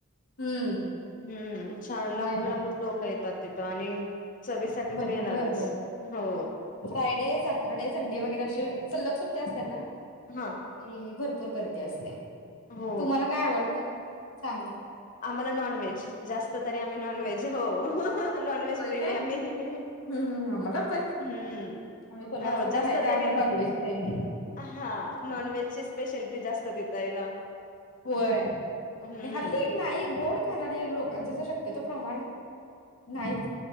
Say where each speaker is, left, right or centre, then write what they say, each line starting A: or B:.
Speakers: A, on the left; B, on the left.
A: हम्म
B: हम्म छान लांबून
A: होय ना
B: लांबून लोक येतात तिथं आणि चवीसाठी
A: भरपूर
B: तर येणारच.
A: गर्दी्या
B: हो
A: फ्रायडे, सॅटरडे, संडे वगैरे अशी सलग सुट्ट्या असल्याना
B: हा
A: की भरपूर गर्दी असते.
B: हो
A: तुम्हाला काय आवडतं सांगा
B: आम्हाला नॉनव्हेज, जास्त तरी आम्ही नॉनव्हेज, हो नॉनव्हेज
A: होय
B: प्रेमी
A: काय
B: आम्ही.
A: हम्म आम्हाला पण
B: हम्म
A: आम्ही कोल्हापूरकर
B: हो जास्त
A: आहे त्यामुळे
B: तरी
A: नॉनव्हेज प्रेमी.
B: हा नॉनव्हेजची स्पेशालिटी जास्त देताय ना.
A: होय
B: हम्म
A: आणि हल्ली नाही गोड खाणारी लोकांचा जरा शक्यतो प्रमाण नाहीच.